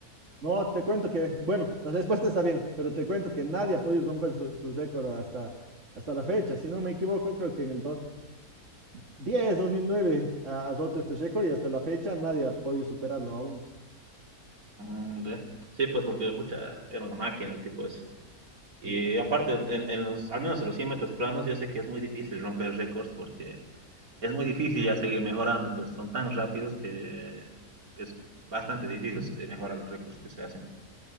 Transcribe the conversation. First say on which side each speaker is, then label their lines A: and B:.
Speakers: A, on the right; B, on the right.
A: No, te cuento que, bueno, la respuesta está bien, pero te cuento que nadie ha podido romper su, su récord hasta, hasta la fecha. Si no me equivoco, creo que en el 2010, 2009 ha, ha roto este récord y hasta la fecha nadie ha podido superarlo aún.
B: Mm, ve. Sí, pues porque, pucha, era una máquina el tipo ese. Y
A: Sí, la-
B: aparte, en, en los, al menos en los 100 metros planos, yo sé que es muy difícil romper récords porque es muy difícil ya seguir mejorando, pues son tan rápidos que, que es bastante difícil eh, mejorar los récords que se hacen.